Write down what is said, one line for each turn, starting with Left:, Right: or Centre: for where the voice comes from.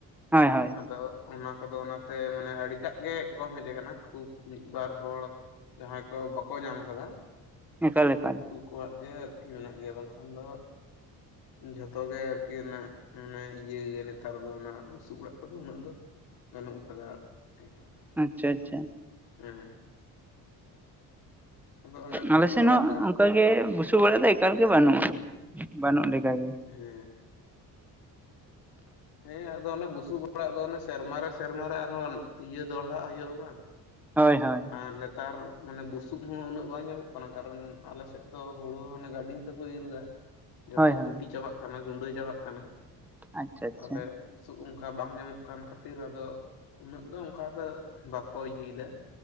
Centre: ᱦᱳᱭ ᱦᱳᱭ ᱾
Left: ᱟᱫᱚ ᱚᱱᱟ ᱠᱚᱫᱚ ᱚᱱᱟ ᱛᱮ ᱢᱟᱱᱮ ᱟᱹᱰᱤᱴᱟᱜ ᱜᱮ ᱠᱚᱢ ᱦᱮᱡ ᱟᱠᱟᱱᱟ ᱠᱷᱩᱵ ᱢᱤᱫ ᱵᱟᱨ ᱦᱚᱲ ᱡᱟᱦᱟᱸᱭ ᱠᱚ ᱵᱟᱠᱚ ᱧᱟᱢ ᱟᱠᱟᱫᱟ
Centre: ᱮᱠᱟᱞ ᱮᱠᱟᱞ
Left: ᱾ᱩᱱᱠᱩ ᱠᱚᱣᱟᱜ ᱜᱮ ᱟᱨᱠᱤ ᱢᱮᱱᱟᱜ ᱜᱮᱭᱟ ᱾ ᱵᱟᱝᱠᱷᱟᱱ ᱫᱚ ᱡᱷᱚᱛᱚ ᱜᱮ ᱟᱨᱠᱤ ᱢᱟᱱᱮ ᱤᱭᱟᱹ ᱜᱮ ᱱᱮᱛᱟᱨ ᱫᱚ ᱚᱱᱟ ᱵᱩᱥᱩᱵ ᱚᱲᱟᱜ ᱠᱚᱫᱚ ᱩᱱᱟᱹᱜ ᱫᱚ ᱵᱟᱹᱱᱩᱜ ᱟᱠᱟᱫᱟ ᱾ ᱦᱳᱭ ᱾
Centre: ᱟᱪᱪᱷᱟ ᱟᱪᱪᱷᱟ ᱾
Left: ᱦᱮᱸ ᱾ ᱟᱫᱚ ᱚᱱᱮ
Centre: ᱟᱞᱮ
Left: ᱵᱩᱥᱩᱵ
Centre: ᱥᱮᱱ
Left: ᱚᱲᱟᱜ
Centre: ᱦᱚᱸ
Left: ᱫᱚ
Centre: ᱚᱱᱠᱟ ᱜᱮ ᱵᱩᱥᱩᱵ ᱚᱲᱟᱜ ᱫᱚ ᱮᱠᱟᱞ ᱜᱮ ᱵᱟᱹᱱᱩᱜᱼᱟ ᱵᱟᱹᱱᱩᱜ ᱞᱮᱠᱟ ᱜᱮ ᱾
Left: ᱦᱮᱸ ᱾ ᱦᱮᱸ ᱟᱫᱚ ᱚᱱᱟ ᱵᱩᱥᱩᱵ ᱚᱲᱟᱜ ᱫᱚ ᱥᱮᱨᱢᱟ ᱨᱮ ᱥᱮᱨᱢᱟ ᱨᱮ ᱟᱨ ᱦᱚᱸ ᱤᱭᱟᱹ ᱫᱚᱦᱲᱟ ᱟᱜ ᱦᱩᱭᱩᱜᱼᱟ ᱵᱟᱝ?
Centre: ᱦᱳᱭ ᱦᱳᱭ ᱾
Left: ᱟᱨ ᱱᱮᱛᱟᱨ ᱢᱟᱱᱮ ᱵᱩᱥᱩᱵ ᱦᱚᱸ ᱩᱱᱟᱹᱜ ᱵᱟᱝ ᱧᱟᱢᱚᱜ ᱠᱟᱱᱟ᱾ ᱠᱟᱨᱚᱱ ᱟᱞᱮᱥᱮᱫ ᱫᱚ ᱦᱩᱲᱳ ᱦᱟᱱᱮ ᱜᱟᱹᱰᱤ ᱛᱮᱠᱚ ᱤᱨ ᱮᱟ᱾ ᱡᱚᱛᱚ
Centre: ᱦᱳᱭ ᱦᱳᱭ
Left: ᱠᱩᱴᱤ ᱪᱟᱵᱟᱜ ᱠᱟᱱᱟ ᱜᱩᱰᱟᱹ ᱪᱟᱵᱟᱜ ᱠᱟᱱᱟ᱾
Centre: ᱟᱪᱪᱷᱟ ᱟᱪᱪᱷᱟ
Left: ᱛᱟᱦᱚᱞᱮ ᱵᱩᱥᱩᱵᱯ ᱚᱱᱠᱟ ᱵᱟᱝ ᱧᱟᱢᱚᱜ ᱠᱟᱱ ᱠᱷᱟᱹᱛᱤᱨ, ᱟᱫᱚ ᱩᱱᱟᱹᱜ ᱫᱚ ᱚᱱᱠᱟ ᱫᱚ ᱵᱟᱠᱚ ᱤᱭᱟᱹᱭᱮᱫᱟ᱾